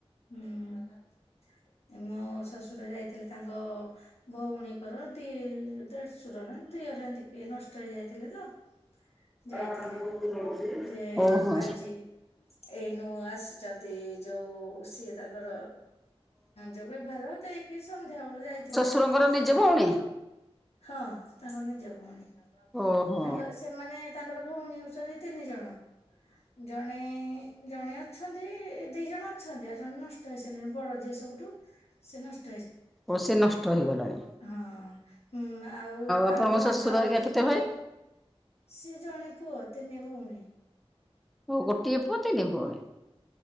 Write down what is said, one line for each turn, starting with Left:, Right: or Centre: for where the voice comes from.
Left: ମୋ ଶ୍ୱଶୁର ଯାଇଥିଲେ ତାଙ୍କ ଭଉଣୀଙ୍କର ଦି ଦେଢଶୁର ନା ଦିଅର ଏମିତି କିଏ ନଷ୍ଟ ହେଇଯାଇଥିଲେ ତ
Centre: <unintelligible>
Left: ଯାଇଥିଲେ ଯେ
Centre: ଓହୋ।
Left: ଆଜି। ଏଇନୁ ଆସିଚନ୍ତି ଯୋଉ ସିଏ ତାଙ୍କର ଯୋଉ ବେଭାର ଦେଇକି। ସନ୍ଧ୍ୟାବେଳେ ଯାଇଥିଲେ। ଯେ
Centre: ଶଶୁରଙ୍କର
Left: ଏଇନୁ ଆସୁଛନ୍ତି।
Centre: ନିଜ ଭଉଣୀ?
Left: ହଁ ତାଙ୍କ ନିଜ ଭଉଣୀ
Centre: ଓହୋ
Left: ତାଙ୍କ ସେମାନେ ତାଙ୍କର ଭଉଣୀ ହଉଚନ୍ତି ତିନି ଜଣ। ଜଣେ ଜଣେ ଅଛନ୍ତି ଦି ଜଣ ଅଛନ୍ତି ଆଉ ଜଣେ ନଷ୍ଟ ହେଇସାରିଲେଣି ବଡ଼ ଯିଏ। ସବୁଠୁ ସେ ନଷ୍ଟ୍
Centre: ଓ ସେ ନଷ୍ଟ ହେଇଗଲେଣି।
Left: ହଁ ହୁଁ ଆଉ
Centre: ଆପଣଙ୍କ
Left: ଆଉ ଜଣ
Centre: ଶ୍ୱଶୁର
Left: ଆଉ
Centre: ହେରିକା
Left: ଜଣ
Centre: କେତେ ଭାଇ?
Left: ସିଏ ଜଣେ ପୁଅ ତିନି ଭଉଣୀ।
Centre: ଓ ଗୋଟିଏ ପୁଅ ତିନି ଭଉଣୀ